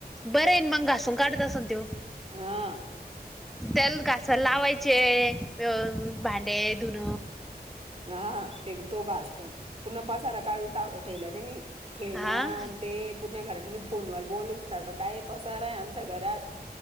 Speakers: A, in the centre; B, on the right.
A: बरय ना मग घासून काढत आसन त्यो?
B: हा.
A: त्याल घासाय लावायचे भांडे, धुन.
B: हा हा ते बी तो घासतो पूर्ण पसारा काढूना ठेवला त्यानी. खेळण्यान
A: हा मी
B: ते पूर्ण घरात मी फोनवर बोलूस त काय पसाराय आमच्या घरात